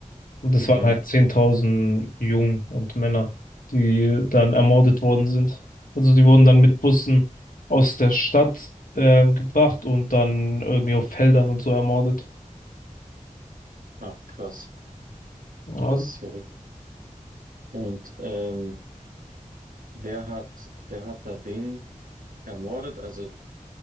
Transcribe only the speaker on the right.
Mhm.
Ach, krass.
Das ist ja richtig. Und ähm, wer hat, wer hat da wen ermordet? Also